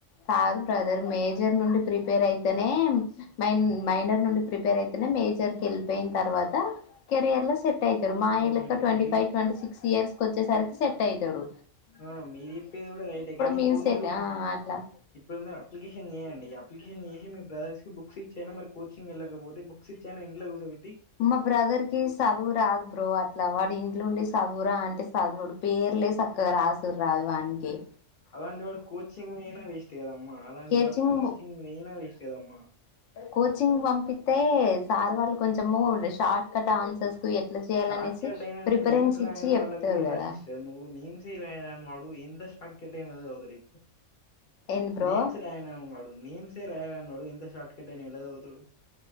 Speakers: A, on the left; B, on the left.
A: కాదు బ్రదర్ మేజర్ నుండి ప్రిపేర్ అయితనే మైన్ మైనర్ నుండి ప్రిపేర్ అయితేనే మేజర్ కి వెళ్ళిపోయిన తర్వాత కెరియర్ లో సెట్ యితారు మా
B: మ్మ్
A: ఇల్లేఖ ట్వంటీ
B: మీరు
A: ఫైవ్
B: చెప్
A: ట్వంటీ సిక్స్ ఇయర్స్ కొచ్చే సరకి సేట్ అయితడు
B: ఆ మీరు చెప్పేది కూడ రైటె కనీ ఇప్పుడు
A: మేము సెట్
B: మీరు
A: ఆ అట్లా
B: ఇప్పుడు మీరు అప్లికేషన్ చేయండి అప్లికేషన్ మీ మీ బ్రదర్స్ కి బుక్ <unintelligible> మరి కోచింగ్ ఎలాగ ఊర్నే బుక్స్ ఇచ్చి ఆన్ ఇంట్లో కూసోబెట్
A: మా బ్రదర్ కి చదువు రాదు బ్రో అట్ల వాడు ఇంట్లో ఉండి స సదువురా అంటే సదువుడు పేర్లే చక్కగ రాసురు రాదు వంకీ
B: అలాంటి వాడు కోచింగ్ అయినా వేస్ట్ కదమ్మా అలాంటి
A: కేచింగ్
B: వాడు కోచింగ్ వయినా వేస్ట్ గదమ్మా
A: కోచింగ్ పంపిస్తతే సార్ వాళ్ళు కొంచము షార్ట్ కట్ ఆన్సర్స్ ఎట్లా చేయాలనేసి
B: షార్ట్ కట్ <unintelligible>
A: ప్రిఫరెన్స్
B: మీమ్స్ రాయని
A: ఇచ్చి చెప్తారు
B: వాళ్ళకు ఇలా
A: కదా
B: సిస్టర్ నువ్వు మీమ్స్ రాయ నువ్ ఎంత షార్ కట్ ఆయన చదువుతడు ఇవ్వు
A: ఏంది బ్రో
B: నేమ్స్ రాయణ వుంగడు నేమ్సే రాయ రానున్నాడు ఎంత షార్ట్కట్ అయిన ఎల చదువుతడు